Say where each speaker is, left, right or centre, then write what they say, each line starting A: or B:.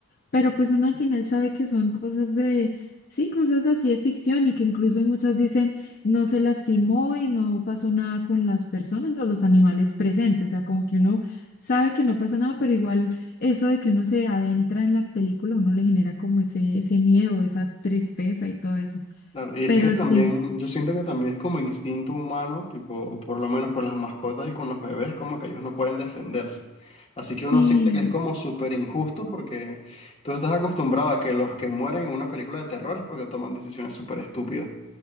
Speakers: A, on the left (about 45°); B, on the left (about 30°).
A: pero pues uno al final sabe que son cosas de, sí, cosas así de ficción y que incluso muchas dicen no se lastimó y no pasó nada con las personas o los animales presentes, o sea, como que uno sabe que no pasa nada, pero igual eso de que uno se adentra en la película, uno le genera como ese, ese miedo, esa tristeza y todo eso.
B: Claro, y
A: Pero
B: es que también,
A: sí,
B: yo siento que también es como instinto humano, tipo, por lo menos con las mascotas y con los bebés, como que ellos no pueden defenderse. Así que
A: sí.
B: uno siente que es como súper injusto porque tú estás acostumbrado a que los que mueren en una película de terror es porque toman decisiones súper estúpidas.